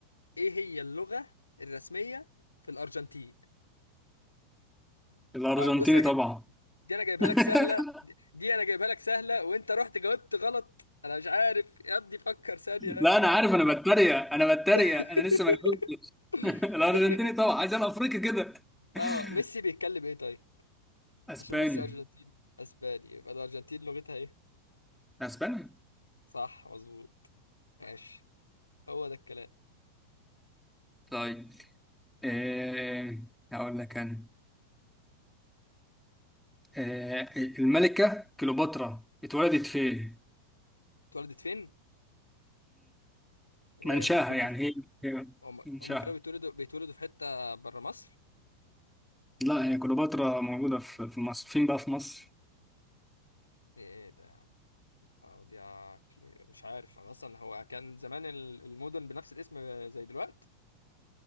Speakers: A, on the left; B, in the centre.
A: ايه هي اللغة الرسمية في الأرجنتين
B: الارجنتيني
A: آه، بص انا
B: طبعا
A: جاي... دي انا جايبها
B: <laughs>
A: لك سهلة دي دي انا جايبها لك سهلة وانت رحت جاوبت غلط انا مش عارف يا ابني فكر ثانية يا
B: لا
A: ابني
B: انا عارف انا بتريق انا بتريق
A: <laughs>
B: انا لسه ما جاوبتش <laughs> الارجنتيني
A: م... م... م-
B: طبعا عايز انا افريقي كده <laughs>
A: اه ميسي بيتكلم ايه طيب
B: اسباني
A: عشان ميسي أرجنتين أسباني يبقى الأرجنتين لغتها إيه؟
B: اسباني
A: صح مظبوط صح ماشي هو ده الكلام
B: طيب أه... هقول لك انا أه... الملكة كليوباترا اتولدت فين؟
A: اتولدت فين؟ يعني
B: منشاها
A: هما بيتولدوا
B: يعني
A: في
B: هي هي
A: هما
B: منشاها
A: هما كانوا بيتولدوا بيتولدوا في حتة برا مصر؟
B: لا هي كليوباترا موجودة في في مصر فين بقى في مصر؟
A: إيه ده يا عم؟ اه دي عقلي مش عارف أنا أصلا هو كان زمان ال- المدن بنفس الاسم زي دلوقتي؟